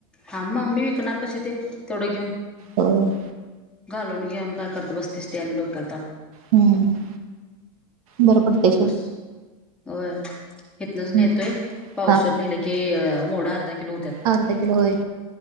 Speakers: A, in the centre; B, on the right.
A: हा म मी विकणार कशी ते तेवढं घेऊन
B: हो
A: घालून घेऊन काय करत बस्तीस त्याने डक्याल तर
B: हम्म बरं पडते
A: त होय इथनच
B: हम्म
A: नेतोय पावसर
B: हा
A: नेला मोडा अर्धा किलो होत
B: हठार रपये कलो होय